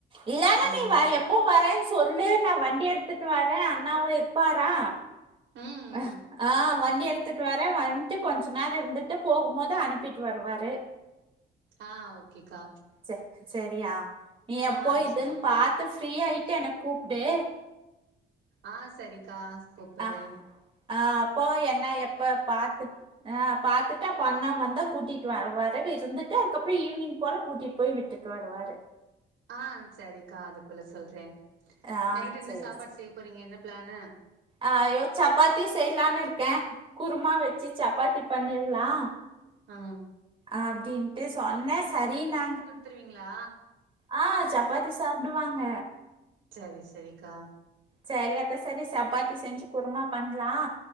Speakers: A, on the right; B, on the right.
A: இல்லனா
B: ம்
A: நீங்க எப்போ வரேன் சொல்லு நா வண்டி எட்த்துட்டு வரே அண்ணாவு இருப்பாரா
B: ம்
A: அ ஆ வண்டி எடுத் துட்டு வர வன்ட்டு கொஞ்சோ நேரோ இருந்துட்டு போகும்போது அனுப்பிட்டு வருவாரு
B: ஆ ஓகேக்கா
A: செர் செரியா நீ எப்போ
B: ஆ
A: இதுன்னு
B: சரி
A: பாத்து ஃப்ரீயாயிட்டு என்ன கூப்டு
B: ஆ செரிக்கா கூப்பறே
A: ஆ ஆ அப்போ என்னா எப்ப பாத்துட் ஆ பாத்துட்டு அப்ப அண்ணா வந்தா கூட்டிட்டு வருவாரு இருந்துட்டு அதுக்கப்றோ ஈவினிங் போல கூட் ட்டி போய் விட்டுட் வருவாரு
B: ஆ செரிக்கா அது போல சொல்றே
A: ஆ
B: நைட்டு என்ன
A: சரி
B: சாப்பாடு
A: சரி.
B: செய்ய போறீங்க என்ன பிளானு
A: ஐயோ சப்பாத்தி செய்லானு இருக்கே குருமா வெச்சு சப்பாத்தி பண்ணிர்லா
B: ஆ
A: அப்டின்ட்டு சொன்னே சரின்னாங்க
B: த்ருவீங்களா
A: ஆ சப்பாத்தி சாப்புடுவாங்க
B: செரி செரிக்கா
A: சேரி அப்ப செரி சப்பாத்தி செஞ்சு குருமா பண்லா